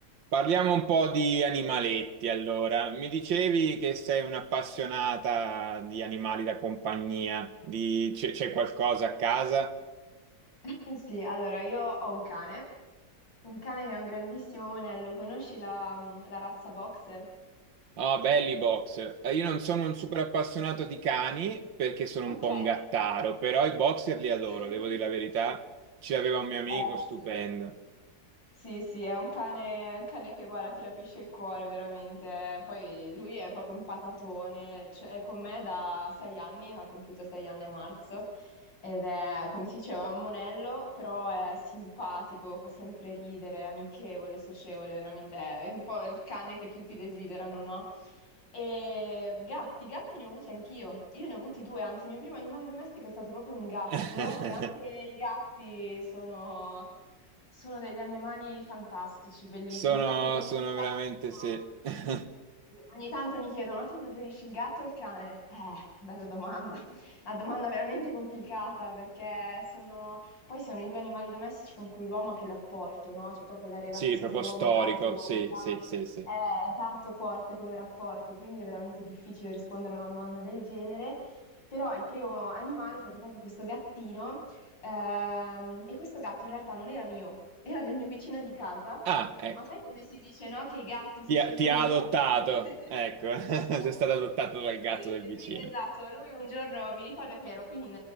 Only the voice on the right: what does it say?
Parliamo un po' di animaletti allora. Mi dicevi che sei un'appassionata di animali da compagnia, di- c'è c'è qualcosa a casa?
Ah, belli i boxer. Eh, Io non sono un super appassionato di cani perché sono
un po' un gattaro, però i boxer li adoro,
devo dire la verità. Ce l'aveva un mio amico,
stupendo.
<laughs>
Sono,
sono
veramente, sì. <laughs>
Sì, proprio
storico,
sì, sì, sì, sì.
Ah, ecco.
Ti
ha, ti ha
adottato,
ecco, <laughs>
sei stato
adottato dal
gatto del vicino.